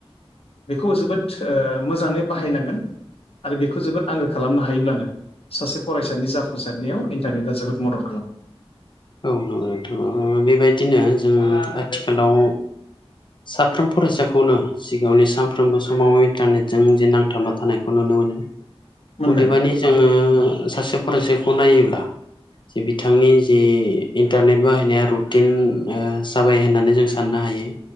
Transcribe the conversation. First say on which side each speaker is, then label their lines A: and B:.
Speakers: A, on the left (about 70°); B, on the left (about 50°).
A: बेखौ जोबोद ओ मोजाङै बाहायनांगोन। आरो बेखौ जोबोद आंगो खालामनो हायोब्लानो सासे फरायसानि जाफुंसारनायाव इन्टारनेट आ जोबोद मदद खालामो।
B: औ नंगौ नोंथां बेबायदिनो जों आथिखालाव साफ्रोम फरायसाखौनो सिगाङावनि सानफ्रोमबो समाव इन्टारनेटजों जि नांथाबना थानायखौ नुनो मोनो। नुनो मोनो
A: मोनदों
B: अदेबानि जोंङो
A: औ
B: सासे फरायसाखौ नायोब्ला जे बिथांनि जि इन्टारनेट बाहायनाया रुटिन आ जाबाय होननानै जों साननो हायो।